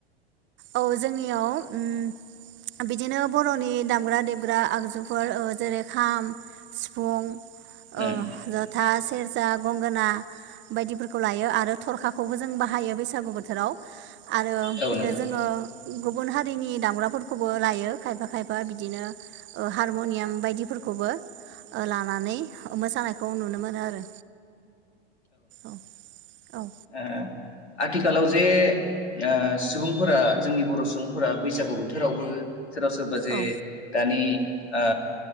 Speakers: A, on the right; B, on the left.
A: औ जोंनियाव उम बिदिनो बर'नि दामग्रा देबग्रा आगजुफोर जेरै ओ खाम, सिफुं
B: उम
A: ओ जथा, सेरजा गंगोना बायदिफोरखौ लायो आरो थरखाखौबो जों बाहायो बैसागु बोथोराव। आरो
B: औ नोंथां
A: ओ गुबुन हारिनि दामग्राफोरखौबो लायो खायफा खायफा बिदिनो ओ हारमनियाम बायदिफोरखौबो ओ लानानै मोसानायखौ नुनो मोनो आरो औ औ
B: ओ आथिखालाव जे ओ सुबुंफोरा जोंनि बर' सुबुंफोरा बैसागु बोथोरावबो सोरबा सोरबा जे
A: औ
B: दानि ओ